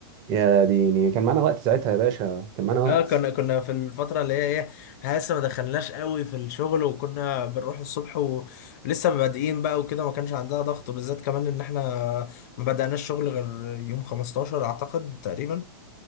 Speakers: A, on the right; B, on the left.
A: يا ديني كان معانا وقت ساعتها يا باشا كان معانا وقت
B: اه كنا كنا في الفترة اللي هي ايه إحنا لسه ما دخلناش قوي في الشغل وكنا بنروح الصبح ولسه مبادئين بقى وكده ما كانش عندها ضغط بالذات كمان ان احنا ما بدأناش شغل غير يوم 15 اعتقد تقريبا